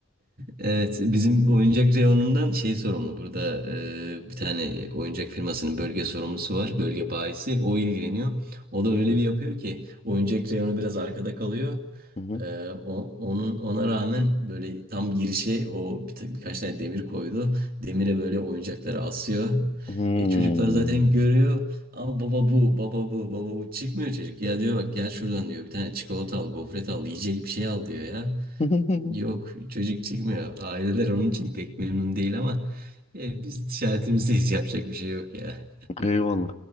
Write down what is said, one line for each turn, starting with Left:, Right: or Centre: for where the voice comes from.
Right: Evet, bizim oyuncak reyonundan şey sorumlu burada e, bir tane oyuncak firmasının bölge sorumlusu var, bölge bayisi o ilgileniyor. O
Left: Hı
Right: da öyle bir yapıyor ki oyuncak reyonu biraz arkada kalıyor.
Left: hı hı.
Right: E, o- onun ona rağmen böyle tam girişe o bir, ta- birkaç tane demir koydu. Demire böyle oyuncakları asıyor.
Left: Hmm.
Right: E, çocuklar zaten görüyor ama baba bu, baba bu, baba bu çıkmıyor çocuk. Ya diyor bak gel şuradan diyor bir tane çikolata al, gofret al, yiyecek bir şey al diyor ya.
Left: <laughs>
Right: Yok çocuk çıkmıyor. Aileler onun için pek memnun değil ama e, biz ticaretimizdeyiz yapacak bir şey yok ya.
Left: Eyvallah.